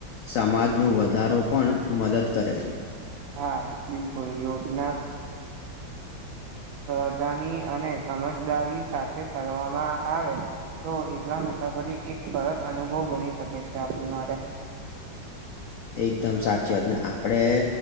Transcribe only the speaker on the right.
હા બિલકુલ યોજના સાવધાની અને સમજદારી સાથે કરવામાં આવે તો એકલા મુસાફરી એક સરસ અનુભવ બની શકે છે આપણી માટે